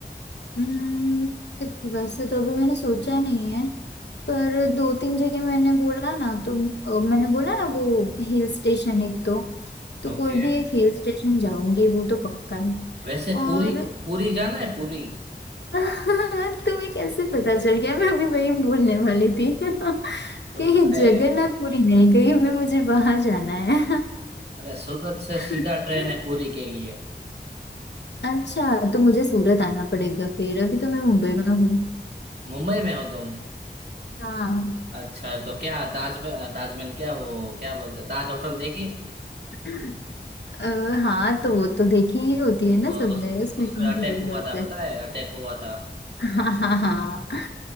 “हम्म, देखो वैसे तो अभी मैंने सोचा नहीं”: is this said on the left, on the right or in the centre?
Left